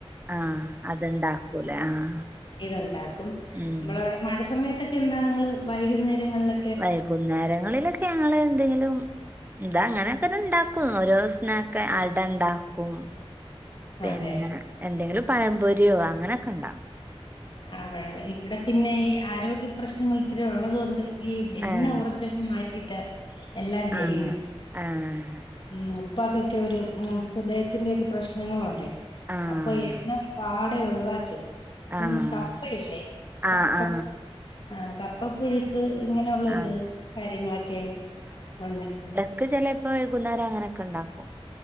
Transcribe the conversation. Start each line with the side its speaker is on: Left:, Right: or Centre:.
Right: ആഹ് അത്ണ്ടാക്കുലേ ആഹ്.
Left: ഇത്ണ്ടാക്കും ന്നമ്മളവടെ
Right: ഉം
Left: മഴ സമയത്തൊക്കെ എന്താണ് ങ്ങള് വൈകുന്നേരങ്ങൾലൊ
Right: വൈകുന്നേരങ്ങളിലൊക്കെ ഞങ്ങള് ന്തെങ്കിലും ഇതാ അങ്ങനെക്കെന്നെ ണ്ടാക്കും ഓരോ സ്നാക്കെ അടണ്ടാക്കും. പിന്നെ
Left: അതെ
Right: എന്തെങ്കിലും പഴംപൊരിയോ അങ്ങനെക്കണ്ടാ
Left: ആഹ് പയംമ്പോരി ഇവിടെ പിന്നെ ഈ ആരോഗ്യ പ്രശ്നങ്ങൾ ഇത്ര ഉള്ളത് കൊണ്ട് ഈ എണ്ണ
Right: ആഹ്
Left: കൊറച്ചങ്ങ് മാറ്റീട്ട് എല്ലാം ചെയ്യുന്നേ.
Right: ആഹ് ആഹ്
Left: ഉം ഉപ്പാക്കൊക്കേ ഒരു ഉം ഹൃദയത്തിന്റെയൊക്കെ പ്രശ്നങ്ങളുണ്ടയ്.
Right: ആഹ്
Left: അപ്പൊ എണ്ണം പാടെ ഒഴ് വാക്കി. ഇപ്പം
Right: ആഹ്
Left: കപ്പയില്ലേ കപ്പം
Right: ആഹ് ആഹ്
Left: ആഹ് കപ്പപുഴുക്ക് ഇങ്ങനൊള്ള
Right: ആഹ്
Left: ഇത് കാര്യങ്ങളൊക്കേണ് ഉണ്ടാക്ക്ആ.
Right: ക്ക് ചെലെപ്പോ വൈകുന്നേരം അങ്ങനെക്കണ്ടാക്കും